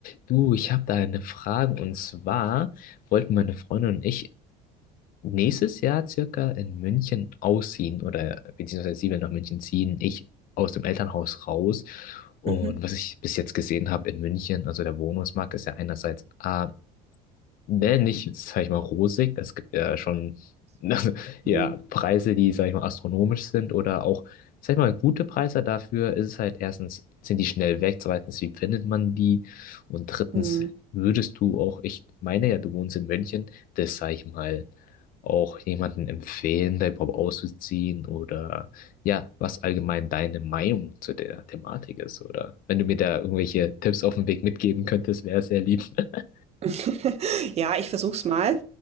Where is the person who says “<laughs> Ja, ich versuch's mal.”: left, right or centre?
Right